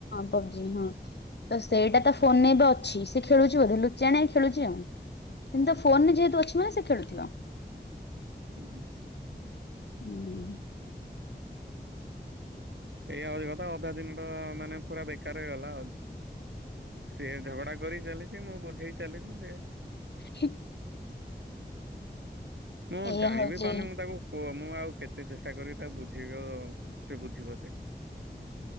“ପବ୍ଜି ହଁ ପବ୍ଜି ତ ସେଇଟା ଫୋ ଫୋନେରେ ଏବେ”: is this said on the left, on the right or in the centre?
Left